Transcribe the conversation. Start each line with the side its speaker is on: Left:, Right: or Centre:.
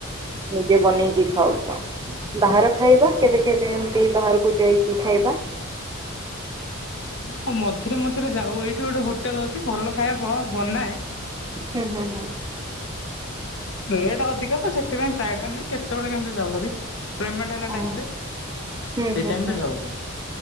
Right: ନିଜେ ବନେଇକି ଖାଉଚ। ବାହାର ଖାଇବା କେବେ କେବେ ଏମତି ବାହାରକୁ ଯାଇକି ଖାଇବା।
Left: ହଁ ମଝିରେ ମଝିରେ ଯାଉ ଏଇଠି ଗୋଟେ ହୋଟେଲ ଅଛି ଭଲ ଖାଇବା ବନାଏ
Right: ହୁଁ ହୁଁ ହୁଁ।
Left: ରେଟ୍ ଅଧିକ ତ ସେଥିପାଇଁ ଫ୍ରଏ ଟାଇମ୍ ନାଇଁ କେତେବେଳେ କେମିତି ଯାଉ ଭାରି। ପେମେଟ୍ ହେଲା
Right: ହଁ।
Left: ଟାଇମରେ ସେ
Right: ହୁଁ ହୁଁ
Left: ଟାଇମରେ
Right: ହୁଁ।
Left: ଯାଉ।